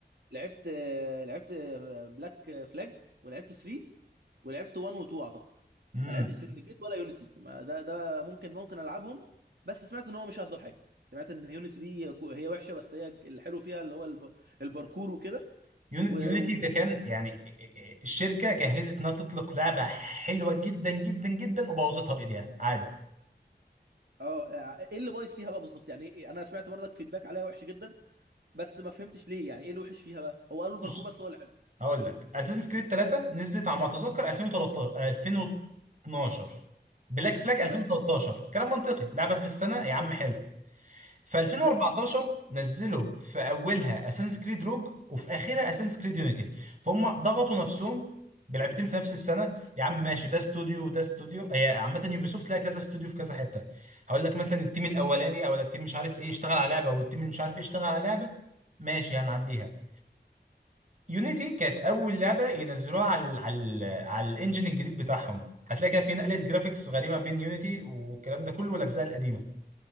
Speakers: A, on the right; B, on the right.
A: لعبت لعبت بلاك فلاج ولعبت 3 ولعبت 1 و2 اعتقد
B: امم
A: ما لعبتش سندكيت ولا يونيتي ما ده ده ممكن ممكن العبهم بس سمعت ان هو مش افضل حاجه سمعت ان يونيتي دي كو- هي وحشه بس هي الحلو فيها اللي هو الب- الباركور وكده
B: يونيتي
A: و- وسندكيت
B: ده كان يعني الشركه جهزت انها تطلق لعبه حلوه جدا جدا جدا وبوظتها بايديها عادي
A: اه آه، ايه اللي بايظ فيها بقى بالظبط يعني إيه؟ انا سمعت برضك فيدباك عليها وحش جدا بس ما فهمتش ليه يعني ايه اللي وحش فيها بقى هو قالوا الباركور
B: بص
A: بس هو اللي حلو
B: هقول لك اساسن كريد 3 نزلت على ما اتذكر 2013 2012 بلاك فلاج
A: تمام
B: 2013 كلام منطقي لعبه في السنه يا عم حلو في 2014
A: حلو
B: نزلوا في اولها اساسنس كريد روج وفي اخرها اساسنس كريد يونيتي فهم ضغطوا نفسهم بلعبتين في نفس السنه يا عم ماشي ده استوديو وده استوديو هي عامه يوبيسوفت لها كذا استوديو في كذا حته هقول لك مثلا التيم الاولاني او التيم مش عارف ايه اشتغل على لعبه والتيم اللي مش عارف ايه اشتغل على لعبه ماشي هنعديها يونيتي كانت اول لعبه ينزلوها على ال على ال على الانجن الجديد بتاعهم هتلاقي كده في نقله
A: م.
B: جرافيكس غريبه بين يونيتي والكلام ده كله والاجزاء القديمه